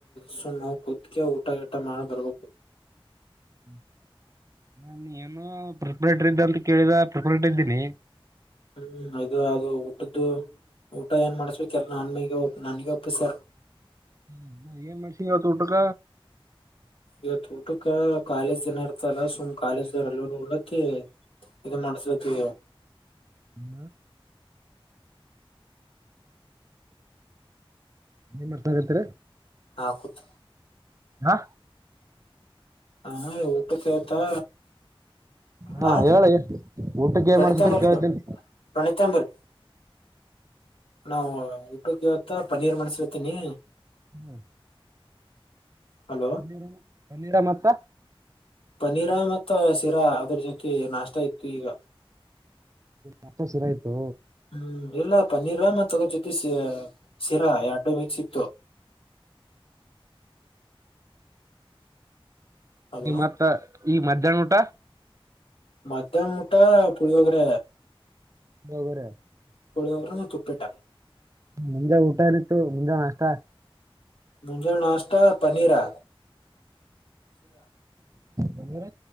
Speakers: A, on the left; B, on the right.
A: ಸುಮ್ ನ ಕತ್ಕ ಊಟ ಟ ಮಾಡ ಬರ್ಬೇಕು.
B: ಹ್ಮ್ <unintelligible> ನಾನು ಏನು ಪ್ರಿಪರೇಟರ್ ಇದ್ದ ಅಂತ ಕೇಳಿದ ಪ್ರಿಪರೇಟರ್ ಇದ್ದೀನಿ.
A: ಹ್ಮ್ ಅದು ಅದು ಊಟದ್ದು. ಊಟ ಏನ್ ಮಾಡಸ್ಬೇಕ ಎಲ್ಲ ನನ್ ಮಗ ನನ್ಗ ಒಪ್ಪಸಾರ.
B: ಹ್ಮ ಮಷಿ ಗತ್ತುಟಕ.
A: ಇತ್ತು ಊಟಕ್ಕೆ ಕಾಲೇಜ್ ಜನ ಇರ್ತಲ್ಲ ಸುಮ್ ಕಾಲೇಜ್ ದವಲ್ಲ ಉಳತಿ. ಇದು ಮಾಡಸಕ್ಕೆ.
B: ಹ್ಮ. ನಿಮ್ ಮಾಡರ್ಸಗತ್ರಿ.
A: ಹಾಕೂತ್.
B: ಹಾ.
A: ಹಾ ಊಟಕ್ಕೆ ಆಯತಾ.
B: ಹಾ
A: ಹ
B: ಹೇಳಿ ಊಟಕ್ಕೆ
A: ಪ್ರಣೀಿತ
B: ಏನ್ ಮಾಡ್ಸತ್ರಿ
A: ಅಂಬಲ್
B: ಕೇಳ್ತೀನಿ
A: ಪ್ರಣಿತ ಅಂಬಲ್. ನಾವವು ಊಟಕ್ಕೆಿವತ್ತ ಪನ್ನೀರ್ ಮಣಸತೀನಿ.
B: ಹ್ಮ್.
A: ಹಲೋ
B: ಪನೀರ ಪನ್ನೀರ ಮತ್ತ.
A: ಪನೀರ ಮತ್ತ ಶಿರಾ ಅದ್ರ ಜೊತೆ ನಾಷ್ಟ ಇತ್ತು ಈಗ.
B: ಮತ್ತ ಶಿರಾ ಇತ್ತು
A: ಹ್ಮ್ ಇಲ್ಲಾ ಪನ್ನೀರ್ವಾಮ ತಗ ಜೊತೆಷ. ಶಿರಾ ಎರಡು ಮಿಕ್ಸ ಇತ್ತು. ಹಲೋ
B: ನಿಮ್ಮತ್ ಈ ಮಧ್ಯಾಹ್ನ ಊಟ.
A: ಮತ್ತ ಮುಟ್ಟಾ ಪಳಿವೋಗರ.
B: <unintelligible>
A: ಕೊಳಿಯೋರ ನ ಕುಪ್ಪೇಟ.
B: ಮುಂಜೆ ಊಟ ಏನಿತ್ತು ಮುಂಜೆ ನಷ್ಟ.
A: ಮುಂಜೊ ನಾಸ್ತಾ ಪನ್ನೀರಾ.
B: ಹ್ಮರರ